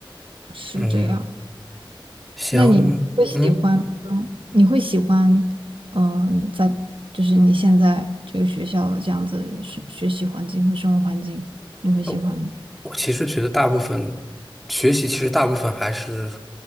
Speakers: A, on the right; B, in the centre.
A: 是这样。
B: 嗯，行，
A: 那你会喜欢吗？
B: 嗯。
A: 你会喜欢，嗯、在就是你现在这个学校这样子学学习环境和生活环境，你会喜欢吗？
B: 哦。我其实觉得大部分学习，其实大部分还是